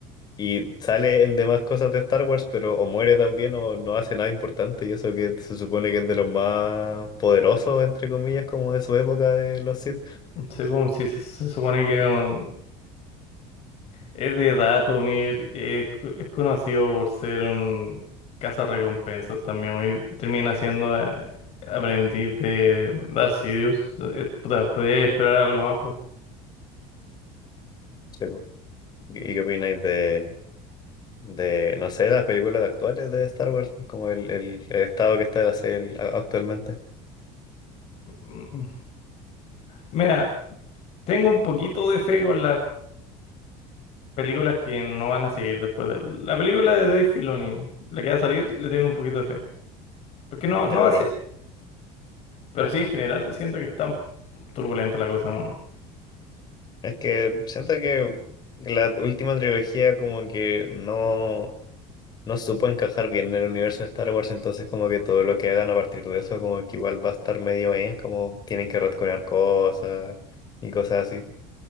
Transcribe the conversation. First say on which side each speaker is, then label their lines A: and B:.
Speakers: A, on the left; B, on the left.
A: Y sale en demás cosas de Star Wars, pero o muere también o no hace nada importante. Y eso que se supone que es de los más poderosos, entre comillas, como de su época de los Sith.
B: Sí, como si se, se supone que es un- Es de Datomir, es, co- es conocido por ser un cazarrecompensas también. Hoy termina siendo eh, aprendiz de Darth Sidious. O sea, eh, puta, podría esperar algo más. po.
A: Sí, po. ¿Y qué opináis de, de, no sé, las películas actuales de Star Wars? Pues, Como el, el- el estado que está la serie a- actualmente.
B: Mm. Mira, tengo un poquito de fe con las películas que no van a seguir después de la película de Dave Filoni, la que va a salir, le tengo un poquito de fe. Porque no,
A: Ya,
B: no
A: pero
B: va a ser, pero sí en general siento que está turbulenta la cosa. weón.
A: es que siento que la última trilogía como que no... no supo encajar bien en el universo de Star Wars, entonces como que todo lo que hagan a partir de eso como que igual va a estar medio, eh, como tienen que retconear cosas y cosas así,